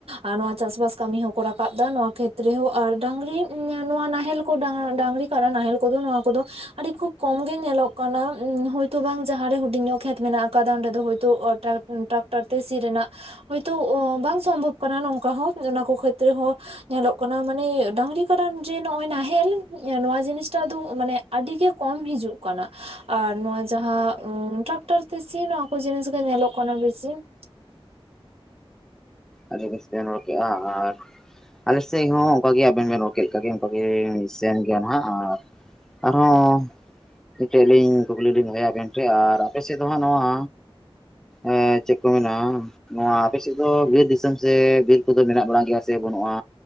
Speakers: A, on the right; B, in the centre.
A: ᱟᱨ ᱱᱚᱣᱟ ᱪᱟᱥᱵᱟᱥ ᱠᱟᱹᱢᱤ ᱦᱚᱸ ᱠᱚ ᱨᱟᱠᱟᱵ ᱫᱟ ᱱᱚᱣᱟ ᱠᱷᱮᱛ ᱨᱮᱦᱚᱸ ᱟᱨ ᱰᱟᱝᱨᱤ ᱱᱚᱭᱟ ᱱᱟᱦᱮᱞ ᱠᱚ ᱰᱟᱝ ᱰᱟᱸᱝᱨᱤ ᱠᱟᱨᱟ ᱱᱟᱦᱮᱞ ᱠᱚᱫᱚ ᱱᱚᱣᱟ ᱠᱚᱫᱚ ᱟᱹᱰᱤ ᱠᱷᱩᱵ ᱠᱚᱢ ᱜᱮ ᱧᱮᱞᱚᱜ ᱠᱟᱱᱟ, ᱦᱚᱭᱛᱳ ᱵᱟᱝ ᱡᱟᱦᱟᱸᱨᱮ ᱦᱩᱰᱤᱧ ᱧᱚᱜ ᱠᱷᱮᱛ ᱢᱮᱱᱟᱜ ᱟᱠᱟᱫᱟ ᱚᱸᱰᱮ ᱫᱚ ᱛᱳ ᱟ ᱴᱨᱟᱠ ᱴᱨᱟᱠᱴᱟᱨ ᱛᱮ ᱥᱤ ᱨᱮᱱᱟᱜ ᱦᱳᱭᱛᱳ ᱵᱟᱝ ᱥᱚᱢᱵᱷᱚᱵ ᱠᱟᱱᱟ ᱱᱚᱝᱠᱟ ᱦᱚᱸ ᱚᱱᱟ ᱠᱚ ᱠᱷᱮᱛᱨᱮ ᱦᱚᱸ ᱧᱮᱞᱚᱜ ᱠᱟᱱᱟ ᱢᱟᱱᱮ ᱰᱟᱸᱝᱨᱤ ᱠᱟᱨᱚᱱ ᱡᱮ ᱱᱚᱜᱼᱚᱭ ᱱᱟᱦᱮᱞ ᱱᱟᱭᱟ ᱡᱤᱱᱤᱥ ᱴᱟᱜ ᱫᱚ ᱢᱟᱱᱮ ᱟᱹᱰᱤ ᱜᱮ ᱠᱚᱢ ᱦᱤᱡᱩᱜ ᱠᱟᱱᱟ ᱟᱨ ᱱᱚᱣᱟ ᱡᱟᱦᱟᱸ ᱴᱨᱟᱠᱴᱟᱨ ᱛᱮ ᱥᱤ ᱱᱚᱣᱟ ᱠᱚ ᱡᱤᱱᱤᱥ ᱜᱮ ᱧᱮᱞᱚᱜ ᱠᱟᱱᱟ ᱵᱤᱥᱤ ᱾
B: ᱟᱹᱰᱤ ᱵᱮᱥ ᱛᱮᱢ ᱨᱚᱲ ᱠᱮᱜ-ᱟ ᱟᱨ ᱟᱞᱮ ᱥᱮᱫ ᱦᱚᱸ ᱚᱱᱠᱟ ᱜᱮ ᱟᱵᱮᱱ ᱵᱮᱱ ᱨᱚᱲ ᱠᱮᱜ ᱞᱮᱠᱟᱜᱮ ᱚᱱᱠᱟ ᱜᱮ ᱥᱮᱱ ᱜᱮᱭᱟ ᱱᱟᱦᱜ ᱟᱨᱦᱚ ᱢᱤᱫᱴᱮᱡ ᱞᱤᱧ ᱠᱩᱠᱞᱤ ᱞᱤᱧ ᱫᱚᱦᱚᱭᱟ ᱟᱵᱮᱱ ᱴᱷᱮᱡ ᱟᱨ ᱟᱯᱮ ᱥᱮᱫ ᱫᱚ ᱦᱟᱸᱜ ᱱᱚᱣᱟ ᱮᱸ ᱪᱮᱫ ᱠᱚ ᱢᱮᱱᱟ ᱱᱚᱣᱟ ᱟᱯᱮ ᱥᱮᱫ ᱫᱚ ᱵᱤᱨ ᱫᱤᱥᱚᱢ ᱥᱮ ᱵᱤᱨ ᱠᱚᱫᱚ ᱢᱮᱱᱟᱜ ᱵᱟᱲᱟ ᱜᱮᱭᱟ ᱥᱮ ᱵᱟᱹᱱᱩᱜᱼᱟ?